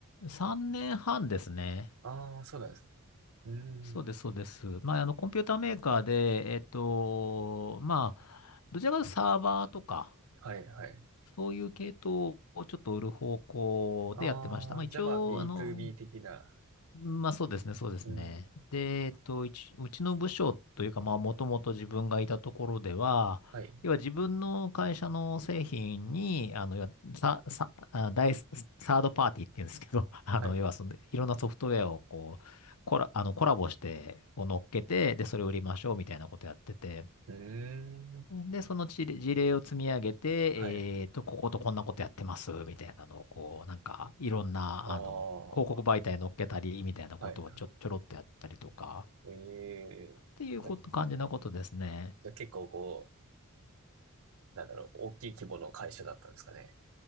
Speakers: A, on the left; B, on the right.
A: 3年半ですね。
B: ああー、そうなんですね。うーん。
A: そうです、そうです。まあ、あの、コンピューターメーカーで、えっと、まあ、どちらかというとサーバーとか、
B: はいはい。
A: そういう系統をちょっと売る方向でやってました。
B: ああ、
A: まあ、一応、
B: じゃあまあ B2B
A: あの、
B: 的な。
A: まあそうですね、そうですね。
B: うん。
A: で、えっと、うち、うちの部署というか、まあもともと自分がいたところでは、
B: はい。
A: 要は自分の会社の製品に、あの、要はさ、さ、あ、第サードパーティーって言うんですけど、<laughs> あの、
B: はい。う
A: 要はその、いろんなソフトウェアをこう、コラ、あの、コラボして、こう乗っけて、で、それを売りましょうみたいなことやってて、
B: ーん。
A: で、その事例事例を積み上げて、
B: はい。
A: えっと、こことこんなことやってます、みたいなのを、こう、なんか、いろんな、
B: ああ。
A: あの、広告媒体に載っけたり、みたいなことをちょ、
B: はい。
A: ちょろっとやったりとか、っ
B: ええじゃあ、
A: ていうこと感じのことですね。
B: じゃあ結構こう、なんだろう、大きい規模の会社だったんですかね。